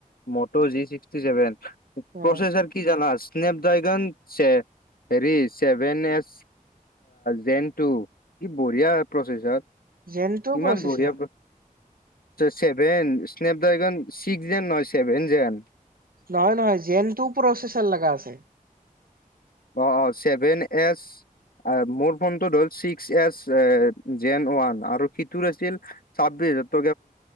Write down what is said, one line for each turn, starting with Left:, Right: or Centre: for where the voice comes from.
Left: মট জিক্সিছেভন প্ৰচেছাৰ
Right: অ',
Left: কি জ স্নেপ ড্ৰগন চ হেৰিচ ছেভেন এচ জেন টু কি বঢ়িয়া প্ৰচেচাৰ
Right: যেনটো
Left: ইমান
Right: প্ৰচেছৰ
Left: বঢ়িয়া ছেভেন স্নেপড্ৰগন ছিক্স যেন নহয় ছেভেন যেন
Right: নহয় নহয় জন টোও প্ৰচেচাৰ লগা আছে
Left: অ অ চছেভেন এছ আহ মোৰ ফটত হ'ল ছিক্স এচ জেন ওৱান আৰু ফিতুৰ আছিল চাব ত